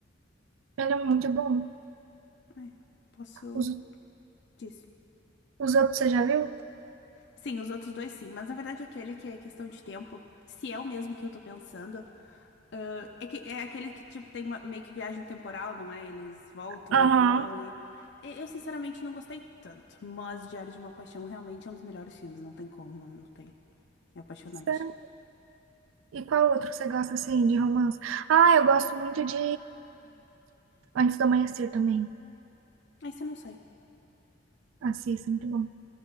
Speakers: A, on the right; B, on the left.
A: Ele é muito bom.
B: É, posso...
A: Os,
B: Disso.
A: os outros você já viu?
B: Sim, os outros dois sim, mas na verdade aquele que é questão de tempo, se é o mesmo que eu tô pensando, ah, é que é aquele que, tipo, tem uma meio que viagem temporal, não é? Eles voltam
A: Aham.
B: e vão e... e- Eu, sinceramente, não gostei tanto, mas Diário de uma Paixão realmente é um dos melhores filmes, não tem como, não, não tem. É apaixonante.
A: Sério? E qual outro que você gosta, assim, de romance? Ah, eu gosto muito de Antes do Amanhecer também.
B: Esse eu não sei.
A: Assista, muito bom.